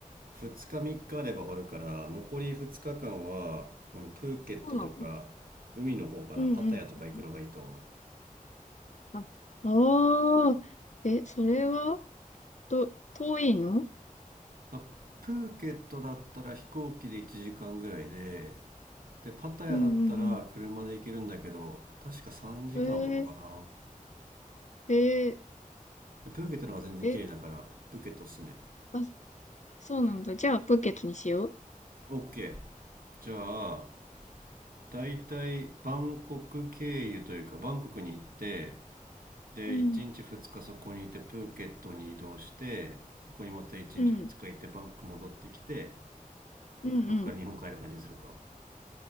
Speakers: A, on the right (about 80°); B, on the left (about 55°).
A: 2日3日あれば終わるから、残り2日間は、あのプーケットとか、
B: そうなの
A: 海の方かな、
B: うんうん。
A: パタヤとか行くのがいいと思う。
B: あ、ああ、え、それは、と遠いの
A: まあ、プーケットだったら飛行機で1時間ぐらいで、で、パタヤだったら車で行けるんだけど、
B: うんうん
A: 確か3時間とかかな。
B: うん。えー、え
A: プーケットの方が全然綺麗だからプーケットおすすめ
B: ー、え、あ、そうなんだ。じゃあ、プーケットにしよ
A: OK じゃあだいたいバンコク経由というかバンコクに行ってで1日2日そこにいてプーケットに移動してそこにまた1日2日行ってバンコク戻ってきて
B: う。うん。うん。うんうん。
A: そこから日本帰る感じにするか